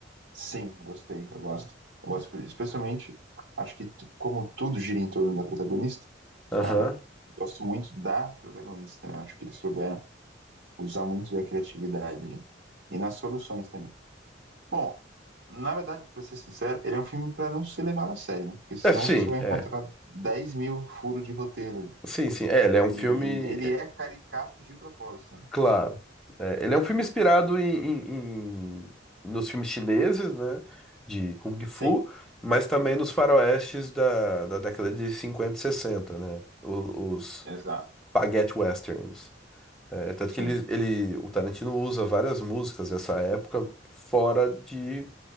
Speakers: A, on the right (about 65°); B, in the centre.
A: sim, gostei, eu gosto. Eu gosto, especialmente, acho que tu- como tudo gira em torno da protagonista,
B: Aham.
A: ah, eu gosto muito da protagonista, né? Acho que eles souberam usar muito da criatividade ali. E nas soluções também. Bom, na verdade, pra ser sincero, ele é um filme pra não ser levado a sério, né? Porque senão
B: É, sim,
A: você vai
B: é.
A: encontrar 10 mil furos de roteiro
B: Sim, sim. É, ele é um filme.
A: E ele é caricato de propósito. né?
B: Claro. É, ele é um filme inspirado em, em- em- nos filmes chineses, né? De Kung Fu,
A: Sim,
B: mas também nos faroestes da, da década de 50 e 60, né? o- Os,
A: exato.
B: spaghetti westerns. É, tanto
A: Sim,
B: que ele, ele, o Tarantino usa várias músicas dessa época fora de,